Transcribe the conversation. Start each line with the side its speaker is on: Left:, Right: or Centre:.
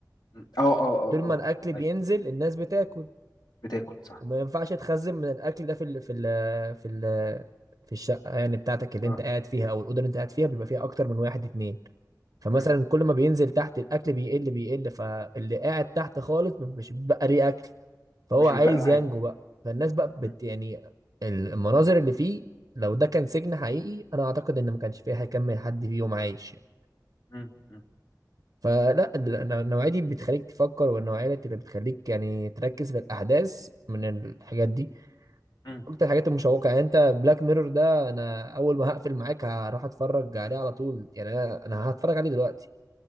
Left: م. اه اه اه
Right: طول
Left: اه
Right: ما الأكل بينزل
Left: ايوه
Right: الناس بتاكل
Left: بتاكل صح
Right: وما ينفعش تخزن من الأكل ده في ال... في ال... في ال... في الشقة يعني بتاعتك اللي
Left: اه
Right: انت قاعد فيها أو الأوضة اللي انت قاعد فيها بيبقى فيها أكتر من واحد اتنين فمثلا
Left: م.
Right: كل ما بينزل تحت الاكل بيقل بيقل فاللي قاعد تحت خالص مش بقى ليه اكل فهو
Left: مش
Right: عايز
Left: بيبقى له حاجه
Right: ينجو بقى فالناس بقى بت
Left: م.
Right: يعني المناظر اللي فيه لو ده كان سجن حقيقي انا اعتقد ان ما كانش فيه هيكمل حد فيهم عايش يعني.
Left: م. م.
Right: فلا ال- النوعية دي بتخليك تفكر والنوعية اللي بتخليك يعني تركز في الأحداث من الحاجات دي
Left: م.
Right: أكتر الحاجات المشوقة يعني أنت بلاك ميرور ده أنا أول ما هقفل معاك هروح أتفرج عليه على طول يعني أنا أنا هتفرج عليه دلوقتي